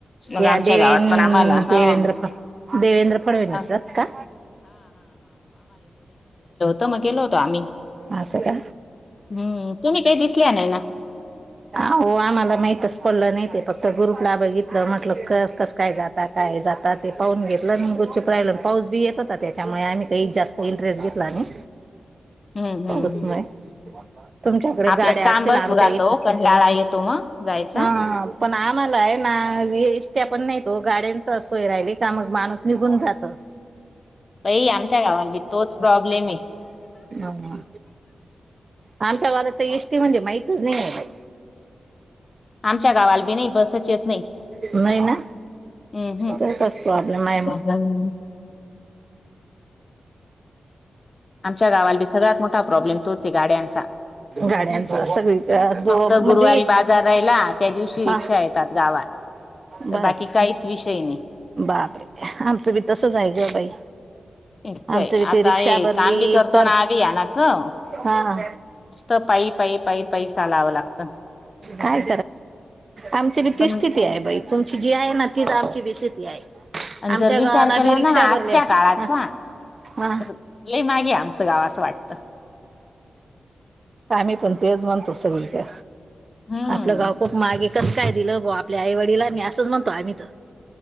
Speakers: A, on the left (about 40°); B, on the right (about 45°).
A: मग
B: या
A: आमच्या
B: देवे
A: गावात पण आम्हाला हा
B: देवेंद्र देवेंद्र फडणवीसच
A: हा
B: का
A: तम गेलो होतो आम्ही
B: असं का
A: हम्म तुम्ही काही दिसल्या नाही ना
B: हो आम्हाला माहितच पडलं नाही ते फक्त ग्रुपला बघितलं म्हटलं कस कस काय जात. ता जाता ते पाहून घेतलं गुपचूप राहिला पाऊस बी येत होता त्याच्यामुळे आम्ही काही जास्त तर इंटरेस्ट घेतला नाही
A: हम्म हम्म
B: उसमय
A: हम्म
B: तुमच्याकडे
A: आपलंच
B: गाड्या
A: काम
B: असतील
A: भरपूर
B: आमच्या
A: राहतो
B: इथं
A: कंटाळा येतो मग जायचा.
B: हा पण आम्हाला आहे ना एस्ट्या पण नाही हो गाड्यांच सोय राहिली का मग माणूस निघून जातं
A: बाई आमच्या गावाला भी तोच प्रॉब्लेम आहे
B: हो आमच्या गावाला तर एसटी म्हणजे माहितच नाही बाई
A: आमच्या गावाला बी नाही बसच येत नाही
B: बाई नाही ना
A: हम
B: तोच असतो आपल्या माय
A: हम्म आमच्या गावाला भी सगळ्यात मोठा प्रॉब्लेम गाड्यांचा
B: गाड्यांचा सगळी दो
A: फक्त
B: म्हणजे
A: गुरुवारी बाजार राहिला त्या दिवशी रिक्षा
B: हा
A: येतात गावात तर
B: बस
A: बाकी काहीच विषय नाही
B: बापरे आमचं बी तसच आहे ग बाई
A: इतकंय
B: आमच इथे
A: आता
B: रिक्षा
A: हे
B: भरली
A: काम बी करतो
B: तर
A: ना अभियानाचं
B: हा
A: नुसतं पायी पायी पायी पायी चालावं लागतं
B: काय आमची भी तीच
A: पण
B: स्थिती ती आहे बाई तुमची जी आहे ना तीच आमची बी स्थिती आहे
A: आणि
B: आमच्या
A: जर विचार
B: गावाला
A: केला
B: बी रिक्षा
A: ना आजच्या
B: भरली आहे
A: काळाचा
B: हा
A: तर लय मागे आमचं गाव असं वाटतं
B: आम्ही पण तेच म्हणतो, सगळी कर.
A: हम्म
B: आपलं गाव खूप मागे. कसं काय दिलं बुवा आपल्या आईवडीलांनी, असंच म्हणतो आम्ही तर.